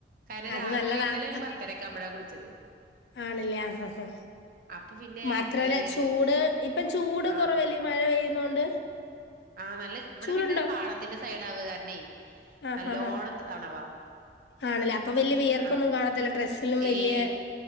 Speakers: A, on the right; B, on the left.
A: കാരണം
B: അത്
A: രാത്രി
B: നല്ലതാ
A: ഇന്നലെ ഒരു
B: അത്
A: പത്തരേക്ക ആകുമ്പഴാ കുളിച്ചത്
B: ആണല്ലേ ആഹ് ഹ്ങാ ഹ്‌ങ
A: അപ്പൊ പിന്നെ
B: മറ്റ് ത്രല്ലേ
A: ഏഹ്
B: ചൂട്
A: ഇനി
B: ഇപ്പം ചൂട്
A: ആഹ്
B: കൊറവല്ലേ മഴ പെയ്യുന്നോണ്ട്
A: ആഹ് നല്ല ഇവിടെ
B: ചൂടുണ്ടോ
A: പിന്നെ പാടത്തിന്റെ സൈഡാവുക കാരണേ
B: ആഹ്
A: നല്ലോണം
B: ഹാ ഹാ
A: തണവാ
B: ആണല്ലേ അപ്പൊ വല്ല്യ വിയർപ്പൊന്നും
A: ആഹ്
B: കാണത്തില്ല ഡ്രസ്സ് ല്ലും വല്ല്യാ
A: ഏയ്